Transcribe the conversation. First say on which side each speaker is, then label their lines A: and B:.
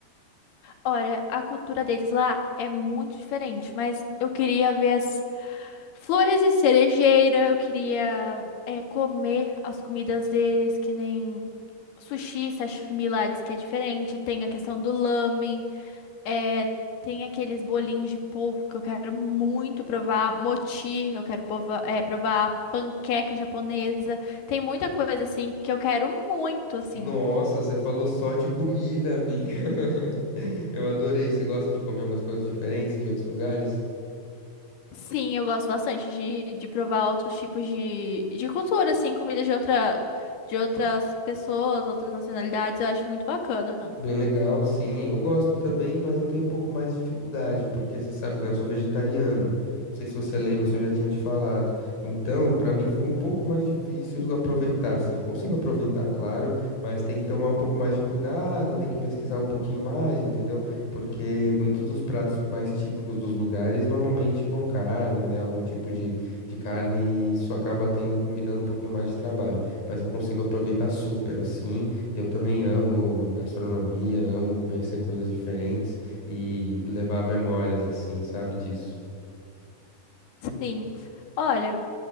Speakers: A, on the left; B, on the left.
A: Olha, a cultura deles lá é muito diferente, mas eu queria ver as flores de cerejeira, eu queria é, comer as comidas deles, que nem sushi, sashimi lá, diz que é diferente, tem a questão do lamen. É, tem aqueles bolinhos de polvo que eu quero muito provar, mochi, eu quero provar é, provar panqueca japonesa. Tem muita coisa assim que eu quero muito, assim.
B: Nossa, você falou só de comida, amiga. <laughs> Eu adorei. Você gosta de comer umas coisas diferentes de outros lugares?
A: Sim, eu gosto bastante de, de provar outros tipos de, de cultura, assim, comida de outra, de outras pessoas, outras nacionalidades, eu acho muito bacana.
B: Bem legal, sim. Eu gosto também, mas eu tenho um pouco mais de dificuldade, porque você sabe, né? Eu sou vegetariano. Não sei se você lembra, se eu já tinha te falado. Então, pra mim fica um pouco mais difícil aproveitar, assim. Eu consigo aproveitar, claro, mas tem que tomar um pouco mais de cuidado, tem que pesquisar um pouquinho mais, entendeu? Porque muitos dos pratos mais típicos dos lugares normalmente vão carne, né? Algum tipo de, de carne, e isso acaba tendo, me dando um pouquinho mais de trabalho. Mas eu consigo aproveitar super, assim. E eu também amo a gastronomia, amo conhecer coisas diferentes e levar memórias assim, sabe disso?
A: Sim. Olha,